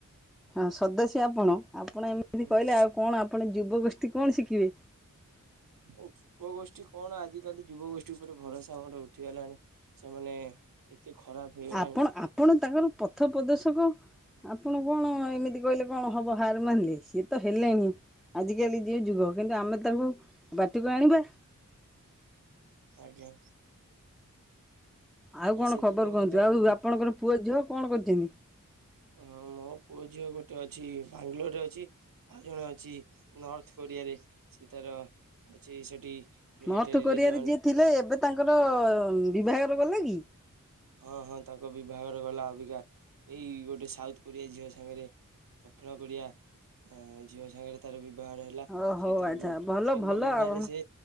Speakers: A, in the centre; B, on the right.
A: ହଁ ସଦସ୍ୟ ଆପଣ ଆପଣ ଏମିତି
B: ଏ
A: କହିଲେ ଆଉ କଣ ଆପଣ ଯୁବ ଗୋଷ୍ଠୀ କଣ ଶିଖିବେ।
B: ଓ ଯୁବ ଗୋଷ୍ଠୀ କଣ ଆଜିକାଲି ଯୁବ ଗୋଷ୍ଠୀ ଉପରେ ଭରଷା ଆମର ଉଠିଗଲାଣି। ସେମାନେ ଏତେ ଖରାପ ହେଇଗଲେଣି।
A: ଆପଣ ଆପଣ ତାଙ୍କର ପଥ ପ୍ରଦର୍ଶକ। ଆପଣ କଣ ଏମିତି କହିଲେ କଣ ହବ ହାର ମାନିଲେ ସିଏ ତ ହେଲେଣି। ଆଜିକାଲି ଯେଉ ଯୁଗ କିନ୍ତୁ ଆମେ ତାଙ୍କୁ ବାଟିକୁ ଆଣିବା।
B: ଆଜ୍ଞା।
A: ଆଉ
B: ନାଇଁ
A: କଣ
B: ସେଥିପାଇଁ
A: ଖବର କୁହନ୍ତୁ
B: ମଧ୍ୟ
A: ଆଉ ଆପଣଙ୍କର ପୁଅ ଝିଅ କଣ କରୁଚନ୍ତି?
B: ହଁ ମୋ ପୁଅ ଝିଅ ଗୋଟେ ଅଛି ବାଙ୍ଗାଲୋରରେ ଅଛି। ଆଉ ଜଣେ ଅଛି ନର୍ଥ କୋରିଆରେ ସିଏ ତାର ଅଛି ସେଠି ମିଲିଟାରୀରେ
A: ନର୍ଥ କୋରିଆରେ
B: ଜଏନ୍
A: ଯିଏ ଥିଲେ ଏବେ ତାଙ୍କର ବିବାହର ଗଲା କି?
B: ହଁ ହଁ ତାଙ୍କ ବିବାଘର ଗଲା ଅବିକା ଏଇ ଗୋଟେ ସାଉଥ କୋରିଆ ଝିଅ ସାଙ୍ଗରେ। ଦକ୍ଷିଣ କୋରିଆ ଅ ଝିଅ ସାଙ୍ଗରେ। ତାର ବିବାହର ହେଲା
A: ଓ ହଉ
B: ସେ ତାକୁ
A: ଆଚ୍ଛା
B: ପ୍ରେମ
A: ଭଲ ଭଲ
B: ବିବାହରେ
A: ଆଉ
B: ସେ